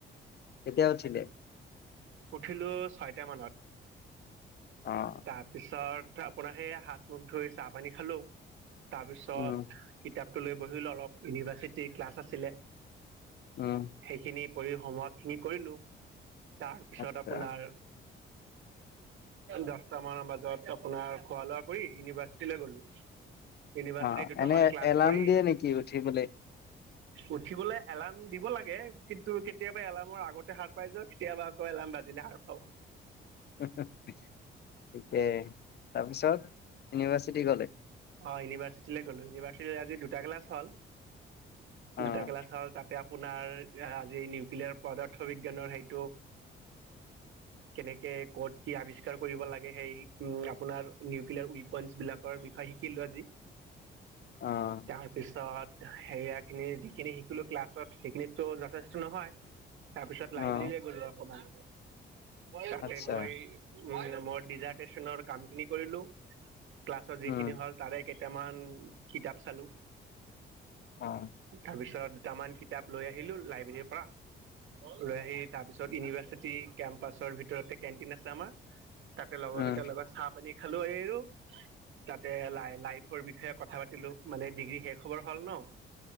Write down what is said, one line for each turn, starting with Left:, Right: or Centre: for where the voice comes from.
Left: কেতিয়াব উঠিলে।
Right: উঠিলো ছয়টা মানত
Left: অ',
Right: তাৰপিছত। পোনে হাত মুখ ধুই চাহ পানী খালো তাৰপিছত
Left: উম,
Right: কিতাপ। লৈ বহিলো অলপ ইউনিভাৰ্চিটি ক্লাছ আছিলে
Left: উম,
Right: সেইখিনি। কৰি সময় খিনি কৰিলো তাৰপিছত
Left: আচ্ছা।
Right: আপোনাৰ। দহটামান বজাত আপোনাৰ। খোৱা লোৱা কৰি ইউনিভাৰ্চিটিলে গ'লো। ইউনিভাৰ্চিটি
Left: অ',
Right: দুটামান
Left: এনে
Right: ক্লাছ
Left: এলাৰ্ম
Right: কৰি
Left: দিয়ে নেকি উঠিবলৈ?
Right: উঠিবলৈ। এলাৰ্ম দিব লাগে কিন্তু কেতিয়াবা এলাৰ্মৰ আগতে হাৰ পাই যাও কেতিয়াবা। অ এলাৰাম বাজিলে সাৰ পাও।
Left: থিকে তাৰপিছত ইউনিভাৰ্চিটি গলে।
Right: অ ইউনিভাৰ্চিটিলৈ গলো ইউনিভাৰ্চিটিত আজি দুটা ক্লাছ হল।
Left: অ',
Right: দুটা ক্লাছ হল তাতে। আপোনাৰ আজি নিউক্লিয়াৰ পদাৰ্থ বিজ্ঞানৰ সেইটো। কেনেকে ক'ত কি আৱিষ্কাৰ কৰিব লাগে সেই আপোনাৰ নিউক্লিয়াৰ। পইন্ট বিলাকৰ বিষয়ে শিকিলো আজি
Left: অ',
Right: তাৰপিছত। হেৰিয়াখিনি যিখিনি শিকিলো ক্লাছত সেইখিনিতো যথেষ্ট নহয়। তাৰপিছত লাইব্ৰেৰীলৈ
Left: অ',
Right: গ'লো অকমান তাতে
Left: আচ্ছা,
Right: গৈ। মই ডিজাৰ্টেশ্যনৰ কাম খিনি কৰিলো ক্লাছত যিখিনি
Left: উম,
Right: হল। তাৰে কেইটামান কিতাপ চালো
Left: অ',
Right: তাৰ পিছত দুটামান কিতাপ লৈ আহিলো লাইব্ৰেৰীৰ পৰা লৈ আহি তাৰপিছত ইউনিভাৰ্চিটি কেম্প। পাছৰ ভিতৰতে কেণ্টিন আছে আমাৰ তাতে লগৰ
Left: উম,
Right: কেইটা লগত চাহ পানী খালো এই ৰ তাতে লাই লাইফৰ বিষয়ে কথা পাতিলো। মানে ডিগ্ৰী শেষ হবৰ হল ন